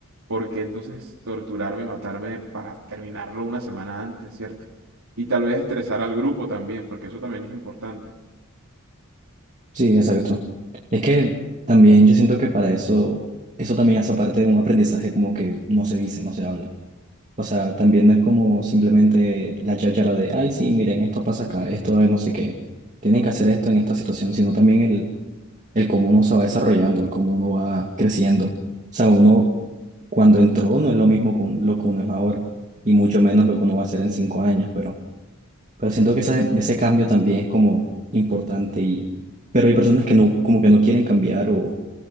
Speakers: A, on the right (about 80°); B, on the right (about 35°).
A: ¿por qué entonces torturarme y matarme para terminarlo una semana antes, ¿cierto? Y tal vez estresar al grupo también, porque eso también es importante.
B: Sí, exacto. Es que también yo siento que para eso, eso también hace parte de un aprendizaje como que no se dice, no se habla. O sea, también no es como simplemente la cháchara de, ay, sí, miren, esto pasa acá, esto es no sé qué. Tienen que hacer esto en esta situación, sino también el, el cómo uno se va desarrollando, el cómo uno va creciendo. O sea, uno cuando entró no es lo mismo con lo que uno es ahora, y mucho menos lo que uno va a hacer en cinco años, pero pero siento que ese, ese cambio también es como importante y... Pero hay personas que no, como que no quieren cambiar o,